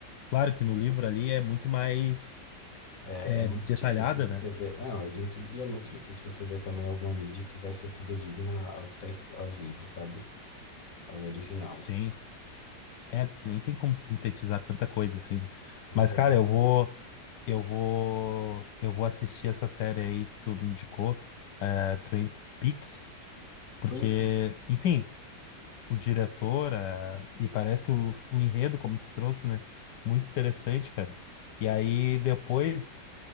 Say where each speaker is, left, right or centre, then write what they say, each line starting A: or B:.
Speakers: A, on the left (about 75°); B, on the left (about 50°).
A: Claro que no livro ali é muito mais
B: É,
A: é
B: é muito
A: detalhada,
B: difícil você
A: né?
B: ver. Não, é muito, e é muito difícil você ver também alguma mídia que vai ser fidedigna ao que tá, es- aos livros, sabe? Ao original.
A: Sim. É, nem tem como sintetizar tanta coisa assim. né?
B: Pois
A: Mas,
B: é.
A: cara, eu vou, eu vou, eu vou assistir essa série aí que tu me indicou, é, Twin Peaks, porque,
B: Twin Peaks.
A: enfim, o diretor, é, e parece o, o enredo, como tu trouxe, né? Muito interessante, cara. E aí, depois,